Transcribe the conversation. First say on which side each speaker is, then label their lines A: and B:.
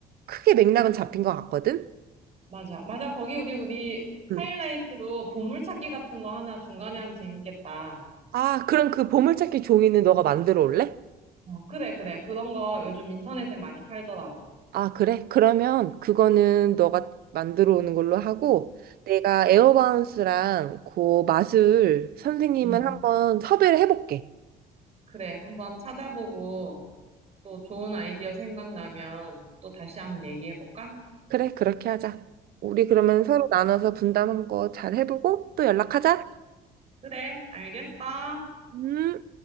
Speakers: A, on the right (about 65°); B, on the right (about 40°).
A: 크게 맥락은 잡힌 것 같거든?
B: 맞아. 맞아. 거기 우리, 우리
A: 응.
B: 하이라이트로 보물찾기 같은 거 하나 중간에 하면 재밌겠다.
A: 아, 그럼 그 보물찾기 종이는 너가 만들어 올래?
B: 어, 그래, 그래. 그런 거 요즘 인터넷에 많이 팔더라고.
A: 아, 그래? 그러면 그거는 너가 만들어 오는 걸로 하고 내가 에어바운스랑 그 맛을 선생님은
B: 음.
A: 한번 섭외를 해볼게.
B: 그래. 한번 찾아보고 또 좋은 아이디어 생각나면 또 다시 한번 얘기해볼까?
A: 그래, 그렇게 하자. 우리 그러면 서로 나눠서 분담한 거 잘 해보고 또 연락하자.
B: 그래. 알겠어.
A: 음.